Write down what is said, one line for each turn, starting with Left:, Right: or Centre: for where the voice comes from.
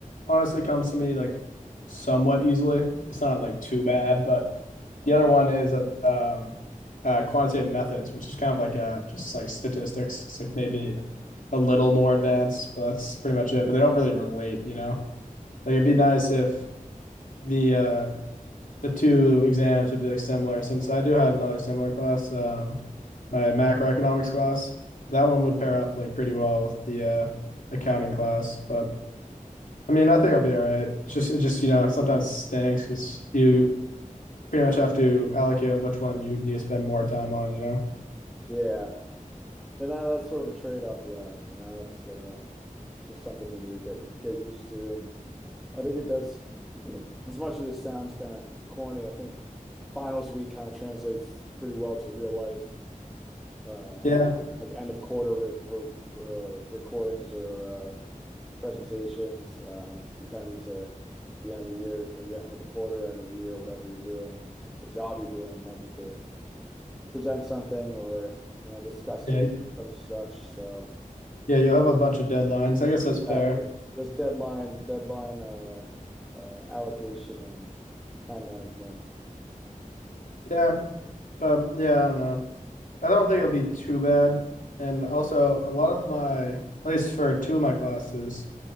Left: honestly comes to me like somewhat easily. It's not like too bad, but the other one is uh, um, uh, quantitative methods, which is kind of like uh, just like statistics. It's like maybe a little more advanced, but that's pretty much it. But they don't really relate, you know. Like it'd be nice if the uh, the two exams would be like similar since I do have another similar class, um, my macroeconomics class. That one would pair up like pretty well with the uh, accounting class, but I mean, I think I'll be all right. It's just, it just you know, sometimes stinks because you pretty much have to allocate on which one you need to spend more time on. You know?
Centre: Yeah, and that that's sort of a trade-off you have, you know. It's uh, just something you need to get get used to. And I think it does, as much as it sounds kind of corny, I think finals week kind of translates pretty well to real life. Uh,
Left: Yeah,
Centre: like end of quarter re re re- recordings or uh, presentations. Um, you kind of need to the end of the year or yeah, end of the quarter, end of the year, whatever you're doing and the job you're doing, you might need to present something or you know discuss
Left: yeah,
Centre: or, or such. So.
Left: yeah. You'll have a bunch of deadlines. I guess that's fair.
Centre: Exactly. Just deadline, deadline, uh, uh, allocation and time management.
Left: Yeah, but yeah, I don't know. I don't think it'll be too bad. And also, a lot of my, at least for two of my classes,